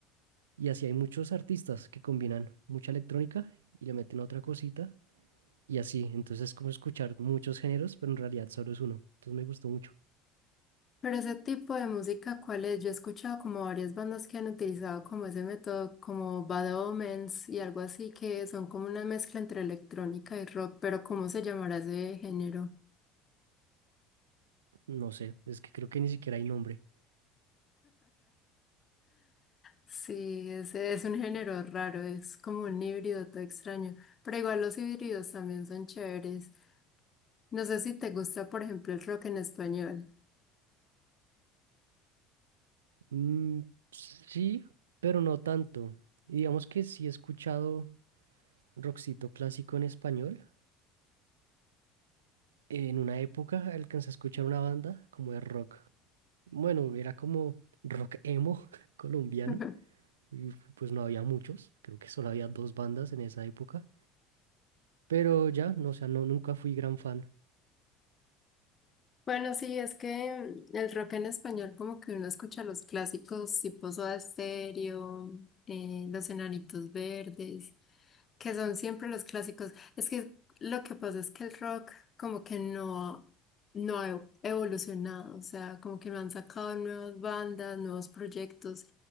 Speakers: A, on the right; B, on the left.
A: Y así hay muchos artistas que combinan mucha electrónica y le meten otra cosita y así. Entonces, es como escuchar muchos géneros, pero en realidad solo es uno. Entonces, me gustó mucho.
B: Pero ese tipo de música, ¿cuál es? Yo he escuchado como varias bandas que han utilizado como ese método, como Bad Omens y algo así, que son como una mezcla entre electrónica y rock, pero ¿cómo se llamará ese género?
A: No sé, es que creo que ni siquiera hay nombre.
B: Sí, ese es un género raro, es como un híbrido todo extraño, pero igual los híbridos también son chéveres. No sé si te gusta, por ejemplo, el rock en español.
A: Mm, sí, pero no tanto. Y digamos que sí he escuchado rockcito clásico en español. En una época alcancé a escuchar una banda como de rock. Bueno, era como rock emo <laughs> colombiano.
B: <laughs>
A: Y pues no había muchos. Creo que solo había dos bandas en esa época. Pero ya, no, o sea, no, nunca fui gran fan.
B: Bueno, sí, es que mm, el rock en español, como que uno escucha los clásicos tipo Soda Stereo, eh, Los Enanitos Verdes que son siempre los clásicos. Es que lo que pasa es que el rock como que no, no ha evo- evolucionado, o sea, como que no han sacado nuevas bandas, nuevos proyectos